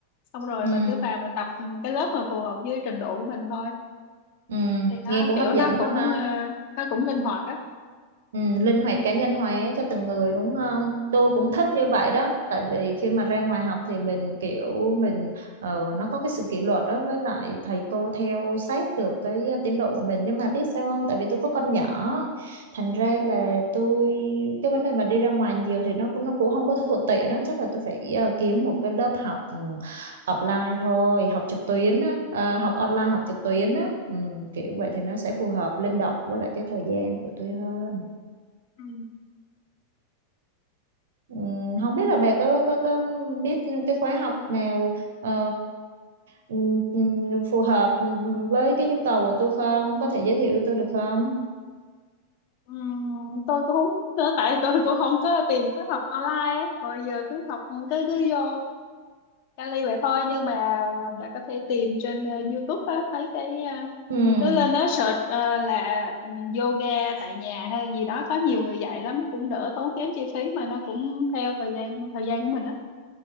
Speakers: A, on the left; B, on the right.
A: xong rồi
B: ừ,
A: mình cứ vào mình tập ừm, cái lớp mà phù hợp với trình độ của mình thôi
B: ừm,
A: thì
B: nghe
A: nó
B: cũng
A: kiểu
B: hấp
A: nó
B: dẫn quá
A: cũng
B: ha.
A: ờ, nó cũng linh hoạt á
B: Ừ, linh hoạt cá nhân hóa cho từng người đúng không? Tôi cũng thích như vậy đó, tại vì khi mà ra ngoài học thì mình kiểu mình ờ, nó có cái sự kỷ luật đó với lại thầy cô theo sát được cái ờ, tiến độ của mình nhưng mà biết sao không? Tại vì tôi có con nhỏ, thành ra là tôi cái vấn đề mà đi ra ngoài nhiều thì nó cũng nó cũng không có thuận tiện đó, chắc là tôi phải ờ, kiếm một cái lớp học ừ, offline thôi, học trực tuyến á, ờ, học online học trực tuyến á, ừ, kiểu vậy thì nó sẽ phù hợp linh động với lại cái thời gian của tôi hơn.
A: Ừ.
B: Ừm, không biết là bà có có có biết cái khóa học nào ờ, ừm, ừm, phù hợp ừm, với cái nhu cầu của tôi không? Có thể giới thiệu tôi được không?
A: Ừm, tôi cũng không biết nữa tại tôi cũng không có tìm khóa học online á hồi giờ cứ học cứ cứ vô Cali vậy thôi nhưng mà bạn có thể tìm trên ờ, YouTube á, mấy cái uh,
B: Ừm,
A: cứ lên đó search ờ, là ừ, yoga tại nhà hay gì đó có nhiều người dạy lắm cũng đỡ tốn kém chi phí mà nó cũng theo thời gian thời gian của mình đó